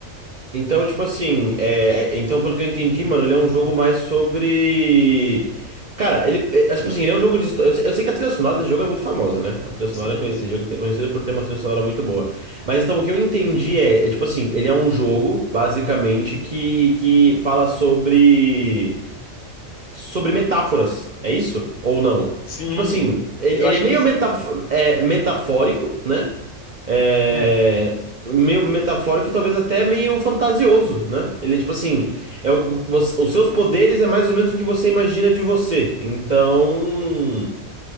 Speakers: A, on the right; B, on the left.
A: Então, tipo assim, é, é- então, pelo que eu entendi, mano, ele é um jogo mais sobre. Cara, ele. É, é, tipo assim, ele é um jogo de história. Eu, sei eu sei que a trilha sonora desse jogo é muito famosa, né? A trilha sonora
B: Sim,
A: é conhe-
B: sim.
A: esse jogo é conhecido por ter uma trilha sonora muito boa. Mas então o que eu entendi é, é tipo assim, ele é um jogo, basicamente, que, que fala sobre. sobre metáforas, é isso? Ou não?
B: Sim,
A: Tipo assim, ele,
B: eu
A: ele
B: acho
A: é meio
B: que sim.
A: metaf é, metafórico, né? É,
B: É.
A: meio metafórico e talvez até meio fantasioso, né? Ele, tipo assim, é, o- você- os seus poderes é mais ou menos o que você imagina de você. Então,